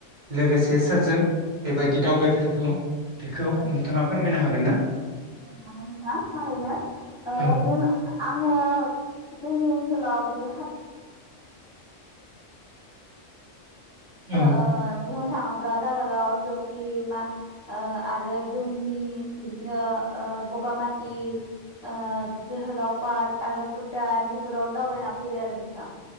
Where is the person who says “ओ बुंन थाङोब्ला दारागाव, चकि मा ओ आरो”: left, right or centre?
Left